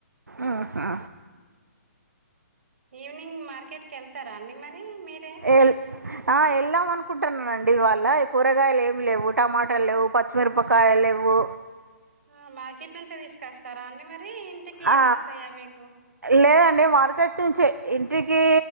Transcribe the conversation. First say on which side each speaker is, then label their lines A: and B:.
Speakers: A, on the right (about 80°); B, on the right (about 55°).
A: ఆ ఆ
B: ఈవినింగ్ మార్కెట్కి వెళ్తారా అండి మరి మీరే
A: ఎల్ ఆ ఎళ్ళాం అనుకుంటున్నానండి ఇవాళ కూరగాయలు ఏమి లేవు టమాటాలు లేవు పచ్చిమిరపకాయలు లేెవు
B: ఆ మార్కెట్ నుంచే తీసుకొస్తారా అండి మరి ఇంటికి
A: ఆ,
B: వస్తాయా మీకు
A: లేదండి మార్కెట్ నుంచే ఇంటికి